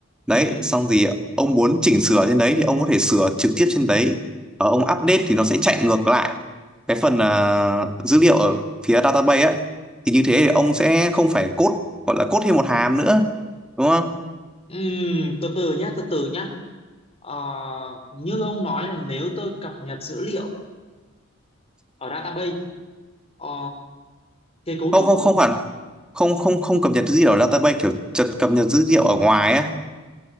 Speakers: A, on the left; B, in the centre.
A: ừ
B: đấy xong thì ông muốn chỉnh sửa trên đấy thì ông có thể sửa trực tiếp trên đấy ở ông update thì nó sẽ chạy ngược lại cái phần à, dữ liệu ở phía database á thì như thế thì ông sẽ không phải code gọi là code thêm một hàm nữa đúng không
A: ừ từ từ nhá từ từ nhá Ờ, như ông nói là nếu tôi cập nhật dữ liệu ở database ờ, cái cấu
B: không
A: trúc
B: không không hẳn không không không cập nhật dữ liệu ở database kiểu chật cập nhật dữ liệu ở ngoài á